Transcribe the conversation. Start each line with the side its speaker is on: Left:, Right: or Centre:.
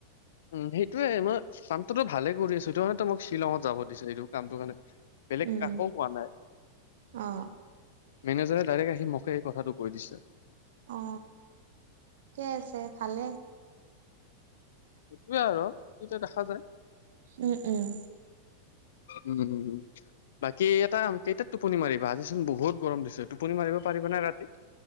Left: উম সেইটোয়ে মই কামটোতো ভালে কৰি আছো সেইটো কাৰণেতো মোক শ্বিলঙত যাব দিছে এইটো কামটো মানে বেলেগ
Right: উম,
Left: কাকোও কোৱা নাই
Right: অ',
Left: মেনেজাৰে ডাইৰেক্ট আহি মোকে এই কথাটো কৈ দিছে
Right: অ ঠিকে আছে ভালে
Left: সেইটোয়ে আৰু এতিয়া দেখা যায়
Right: উম উম
Left: উমম বাকী এটা কেইটাত টোপনি মাৰিবা আজিচোন বহুত গৰম দিছে টোপনি মাৰিব পাৰিবা নে ৰাতি